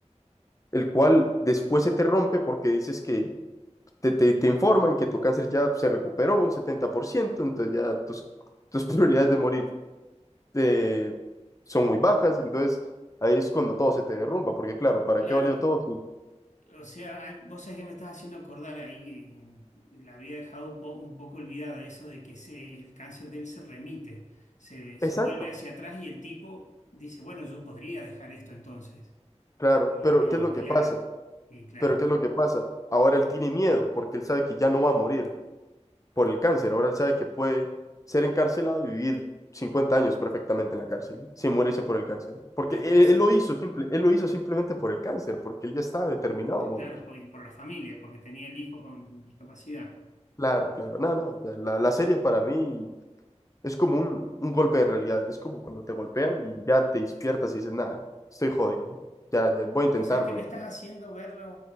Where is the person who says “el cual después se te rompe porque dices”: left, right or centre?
Left